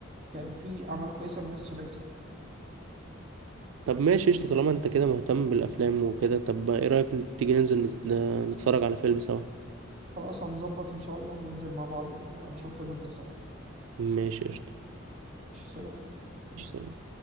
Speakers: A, on the right (about 30°); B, on the right (about 80°).
A: كان في اعمال كويسه من الثلاثي
B: طب ماشي قشطة طالما انت كده مهتم بالافلام وكده طب ايه رأيك تيجي ننزل نت- نتفرج على فيلم سوا
A: خلاص هنظبط ان شاء الله وننزل مع بعض ن- نشوف فيلم في السنه
B: ماشي قشطة
A: ماشي، سلام
B: ماشي، سلام